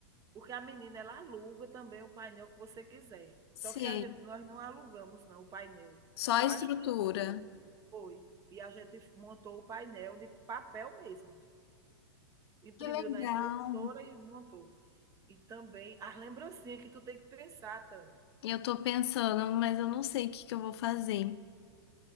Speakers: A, on the right (about 25°); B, on the left (about 65°).
A: Porque a menina ela aluga também o painel que você quiser.
B: Sim,
A: Só que a gente nós não alugamos não o painel,
B: só
A: só
B: a estrutura.
A: a estrutura. Foi. E a gente montou o painel de papel mesmo, imprimiu
B: Que legal.
A: na impressora e montou. E também as lembrancinhas que tu tem que pensar, Tami.
B: Eu tô pensando, mas eu não sei o que que eu vou fazer.